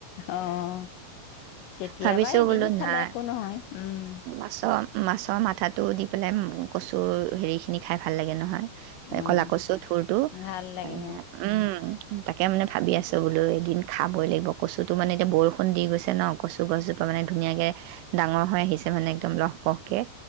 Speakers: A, on the left; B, on the right.
A: অ' কেতিয়াবা
B: ভাবিছো
A: এদিন
B: বোলো
A: খালে
B: নাই
A: একো নহয় উম
B: বাচন মাছৰ মাথাটো দি পেলাই কচুৰ হেৰিখিনি খাই ভাল লাগে নহয়।
A: উম
B: কলা কছো থুৰটো,
A: ভাল লাগে
B: <unintelligible> উম তাকে মানে ভাবি আছোঁ বোলো এদিন খাবই লাগিব কচুটো মানে এতিয়া বৰষুণ দি গৈছে ন কচু গছজোপা মানে ধুনীয়াকৈ ডাঙৰ হৈ আহিছে মানে একদম লহপহ। তাকে